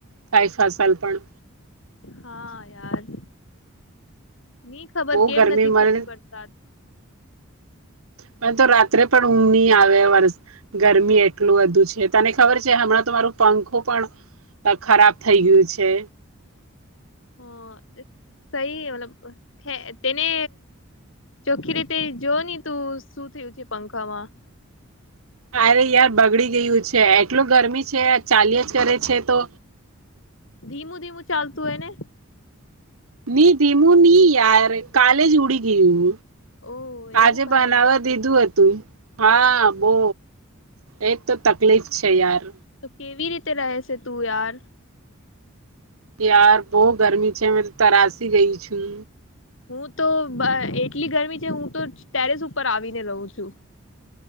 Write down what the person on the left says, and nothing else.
હા યાર. ની ખબર
કેમ
નથી
થતી વડસાદ.
હ, સહી મતલબ તેને ચોખ્ખી રીતે જોવ ને તું શું થયું છે પંખામાં.
ધીમું ધીમું ચાલતું એને?
ઓ એવું
કહે
તો કેવી રીતે રહેશે તું યાર?
હું તો એટલી ગરમી છે હું તો ટેરેસ ઉપર આવીને રહું છું.